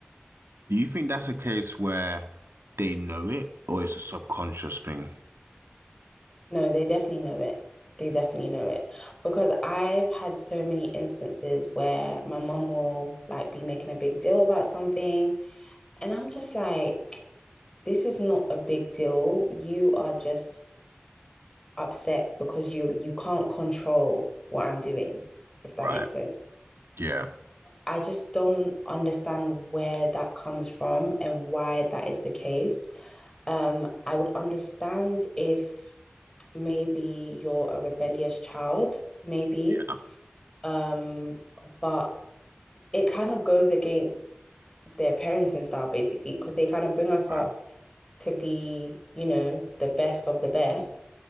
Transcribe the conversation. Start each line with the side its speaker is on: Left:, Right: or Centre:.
Right: Do you think that's a case where they know it, or it's a subconscious thing?
Left: No, they definitely know it. They definitely know it because I've had so many instances where my mum will like be making a big deal about something, and I'm just like, this is not a big deal. You are just upset because you you can't control what I'm doing, if that
Right: Right.
Left: makes sense.
Right: Yeah.
Left: I just don't understand where that comes from and why that is the case. Um, I would understand if maybe you're a rebellious child, maybe,
Right: Yeah.
Left: um, but it kind of goes against their parenting style basically because they kind of bring us up
Right: right.
Left: to be, you know, the best of the best.